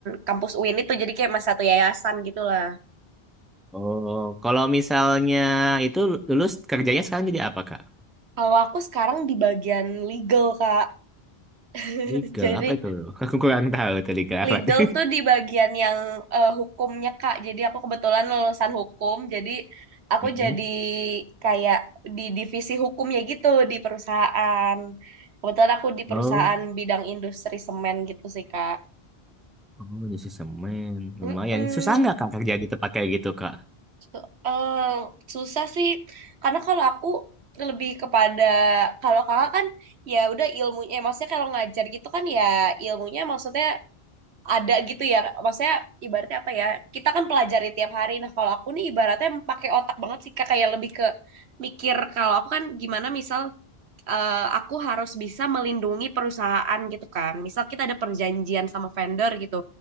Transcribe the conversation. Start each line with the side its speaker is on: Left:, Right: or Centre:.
Right: kampus UIN itu jadi kayak mas satu yayasan gitulah.
Centre: Oh, kalau misalnya itu lulus kerjanya sekarang jadi apa, Kak?
Right: Kalau aku sekarang di bagian legal kak. <laughs>
Centre: Legal,
Right: Jadi
Centre: apa itu? <laughs> Aku kurang tahu tuh legal
Right: legal
Centre: apa. <laughs>
Right: tuh di bagian yang eh, hukumnya Kak. Jadi aku kebetulan lulusan hukum, jadi aku
Centre: Mm-mm.
Right: jadi kayak di divisi hukumnya gitu di perusahaan. Kebetulan aku di perusahaan
Centre: Oh,
Right: bidang industri semen gitu sih Kak.
Centre: oh, jadi semen.
Right: Mm-mm.
Centre: Lumayan. Susah nggak, Kak, kerja di tempat kayak gitu, Kak?
Right: So- eh, susah sih, karena kalau aku lebih kepada kalau kakak kan ya udah ilmunya, eh, maksudnya kalau ngajar gitu kan ya ilmunya maksudnya ada gitu ya maksudnya ibaratnya apa ya kita kan pelajari tiap hari nah kalau aku nih ibaratnya pakai otak banget sih Kak kayak lebih ke mikir kalau aku kan gimana misal eh, aku harus bisa melindungi perusahaan gitu kan misal kita ada perjanjian sama vendor gitu